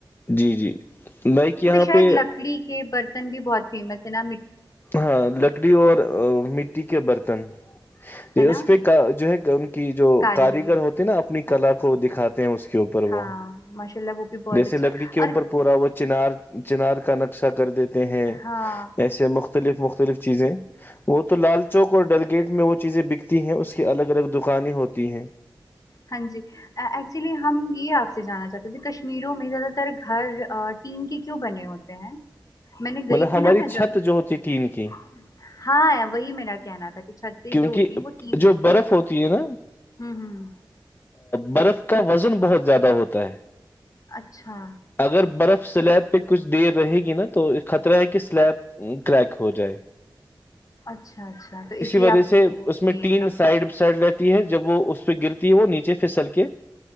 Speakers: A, on the left; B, on the left.
A: جی جی بائک یہاں
B: شاید
A: پہ
B: لکڑی کے برتن بھی بہت فیمس ہے نا م
A: ہاں لکڑی اور مٹی کے برتن یہ
B: ہے نا
A: اس پہ کا جو ہے ان کی جو
B: کاریگری
A: کاریگر ہوتے نا اپنی کلا کو دکھاتے ہیں اس کے کے اوپر
B: ہاں
A: وہ
B: ماشاء اللہ وہ بھی بہت
A: جیسے
B: اچھی
A: لکڑی کے اوپر
B: اور
A: پورا وہ چنار چنار کا نقشہ کر دیتے ہیں
B: ہاں
A: ایسے مخت مختلف مختلف چیزیں وہ تو لال چوک اور ڈل گیٹ میں وہ چیزیں بکتی ہیں اس کی الگ الگ دکانیں ہوتی ہیں
B: ہاں جی ایکچولی ہم یہ آپ سے جاننا چاہتے ہیں کہ کشمیروں میں زیادہ تر گھر ٹیین کے کیوں بنے ہوتے ہیں میں نے گئی
A: مطلب ہماری
B: تھی نا میں
A: چھت
B: جب
A: جو ہوتی ٹین کی
B: ہاں وہی میرا کہنا تھا کہ چھتیں
A: کیونکہ
B: جو ہوتی ہیں وہ ٹین
A: جو برف ہوتی ہے نا
B: ہوں ہوں
A: برف کا وزن بہت زیادہ ہوتا ہے
B: اچھا
A: اگر برف سلیب پہ کچھ دیر رہے گی نا تو خطرہ ہے کہ سلیب کریک ہو جائے
B: اچھا اچھا تو اس لیے
A: وجہ
B: آپ
A: سے
B: وہ
A: اس میں
B: ٹین
A: تین
B: کا
A: سائڈ سائڈ رہتے ہے جب وہ اس پہ گرتی ہے وہ نیچے پھسل کے